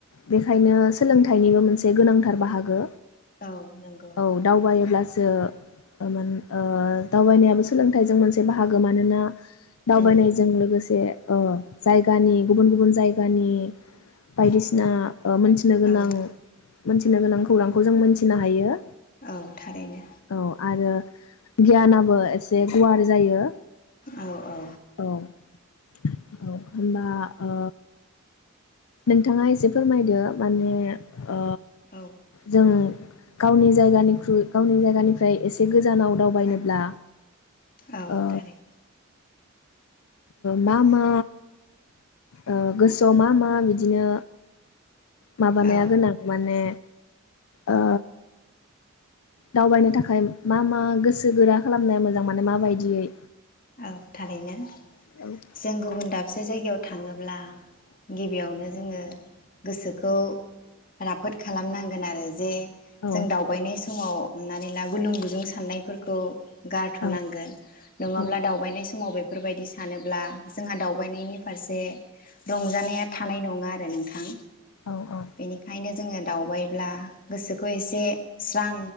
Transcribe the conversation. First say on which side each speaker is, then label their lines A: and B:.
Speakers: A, on the left (about 80°); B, on the left (about 40°).
A: बेखायनो स सोलोंथाइनिबो मोनसे गोनांथार बाहागो।
B: औ नंगौ
A: औ दावबायोब्लासो
B: थारैनो
A: ओ दावबायनायाबो सोलोंथाइजों मोनसे बाहागो मानोना दावबायनायजों
B: उम
A: लोगोसे अ जायगानि गुबुन गुबुन जायगानि बायदिसि नाङा ओ मोनथि गोनां
B: औ
A: मोनथिनो गोनां खौरांखौ जों मोनथिनो हायो।
B: औ थारैनो
A: औ आरो गियानाबो एसे गुवार जायो
B: औ औ
A: औ। औ होनबा ओ नोंथाङा एसे फोरमायदो। माने ओ
B: औ
A: जों। गावनि जायगानिख्रुइ गावनि जायगानिफ्राय एसे गोजानाव दावबायनोब्ला
B: औ
A: ओ
B: थारै
A: मा मा ओ गोसोआव मा मा बिदिनो। माबानाया
B: औ
A: गोनां माने ओ दावबायनो थाखाय मा मा गोसो गोरा खालामनाया मोजां माने माबायदियै।
B: औ थारैनो
A: औ
B: जों गुबुन दा से जायगायाव थाङोब्ला गिबियावनो जोङो गोसोखौ राफोद खालामनांगोन आरो जे
A: औ
B: जों दावबायनाय समाव हमनानै ला गुलुं गुजुं साननायफोरखौ गारथ'नांगोन
A: औ
B: नङा
A: औ
B: दावबायनाय समाव बेफोरबायदि सानोब्ला जोंहा दावबायनायनि फारसे रंजानाया थानाय नङा आरो नोंथां
A: औ औ
B: बेनिखायनो जोङो दावबाय अब्ला गोसोखौ एसे स्रां